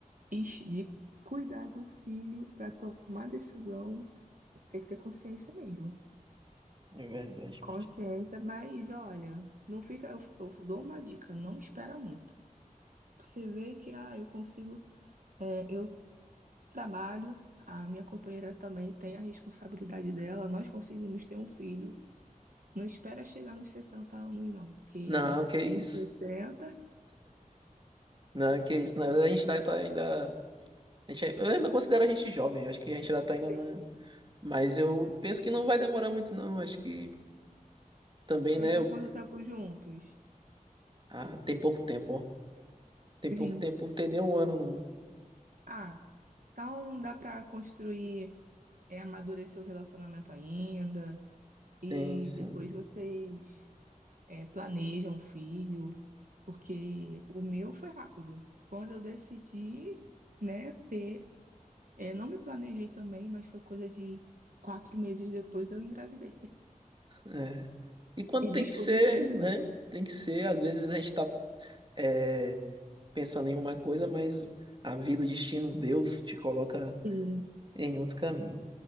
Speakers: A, on the right; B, on the right.
A: enx- de cuidar de um filho para tomar decisão, tem que ter consciência mesmo.
B: É verdade,
A: Consciência,
B: mas.
A: mas olha, não fica. Eu, eu dou uma dica, não espera muito. Você vê que ah, eu consigo, é, eu trabalho, a minha companheira também tem a responsabilidade dela, nós conseguimos ter um filho. Não espera chegar nos 60 anos, não, porque
B: Não, que isso.
A: nos sessenta
B: Não, que isso. Não, a gente ainda tá ainda. A gente, eu ainda considero a gente jovem, acho que a gente ainda tá ainda
A: sim,
B: na. Mas eu penso que não vai demorar muito, não. Acho que também,
A: vocês
B: né?
A: estão
B: eu-
A: quanto tempo juntos?
B: Ah, tem pouco tempo, ó. Tem
A: Bem,
B: pouco tempo, não tem nem um ano, não.
A: ah, então dá para construir é, amadurecer o relacionamento ainda, e
B: Tem, sim.
A: depois vocês é, planejam um filho, porque o meu foi rápido. Quando eu decidi, né, ter, é, não me planejei também, mas foi coisa de quatro meses depois eu engravidei.
B: É. E quando
A: E
B: tem
A: descobri
B: que ser,
A: seis meses.
B: né? Tem que ser, às vezes a gente tá. é, pensando em uma coisa, mas a vida, o destino, Deus te coloca
A: Sim,
B: em outro caminho.